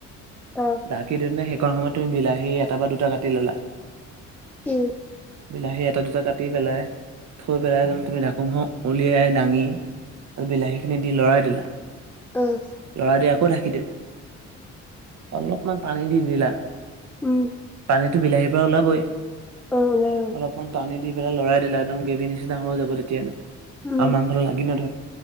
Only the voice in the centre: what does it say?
অহ,
উম,
উম,
অ উম,
অ বাৰু
উম